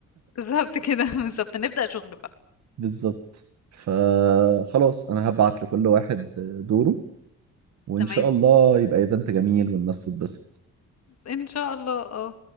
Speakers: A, on the left; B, on the right.
A: بالظبط كده <laughs> بالظبط نبدأ شغل بقى
B: بالظبط فخلاص انا هبعت لكل واحد دوره وان
A: تمام
B: شاء الله يبقى ايفنت جميل والناس تتبسط
A: ان شاء الله اه